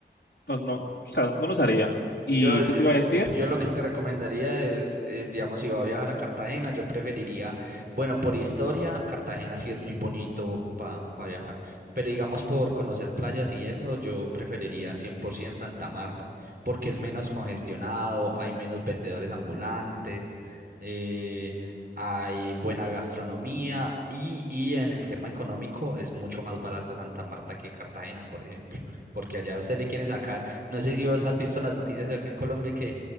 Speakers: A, on the left; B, on the right.
A: no, no, o sea, no los haría. ¿Y
B: Yo, yo,
A: qué te iba a decir?
B: yo lo que te recomendaría es, eh, digamos, si va a viajar a Cartagena, yo preferiría, bueno, por historia, Cartagena sí es muy bonito para viajar, pero digamos por conocer playas y eso, yo preferiría 100% Santa Marta, porque es menos congestionado, hay menos vendedores ambulantes, eh, hay buena gastronomía y, y en el tema económico es mucho más barato Santa Marta que Cartagena, por ejemplo, porque allá a usted le quieren sacar no sé si vos has visto las noticias de acá en Colombia que,